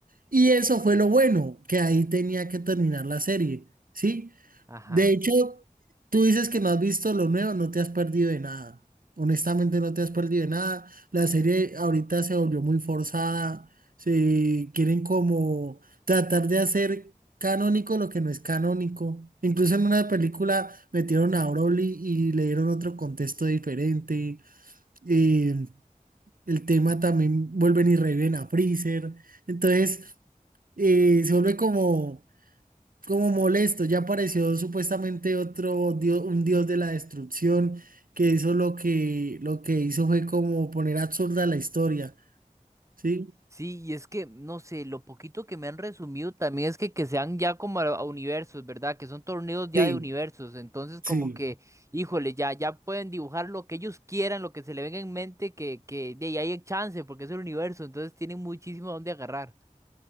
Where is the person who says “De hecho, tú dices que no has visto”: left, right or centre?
Right